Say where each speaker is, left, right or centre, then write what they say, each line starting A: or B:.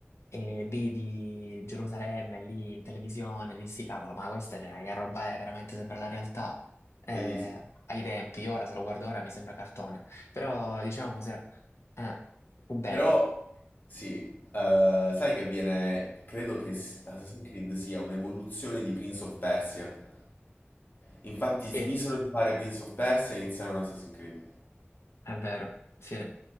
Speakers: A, on the left (about 85°); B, on the left (about 45°).
A: e vidi Gerusalemme lì in televisione, dissi cavolo, ma questa cioè, che roba è, veramente sembra la realtà eh,
B: bellissimo.
A: ai tempi, ora se lo guardo ora mi sembra cartone, però diciamo se, eh, fu bello,
B: Però sì, eh, sai che viene, credo che s- Assassin's Creed sia un'evoluzione di Prince of Persia. Infatti
A: sì,
B: smisero di fare Prince of Persia e iniziarono Assassin's Creed.
A: è vero, sì,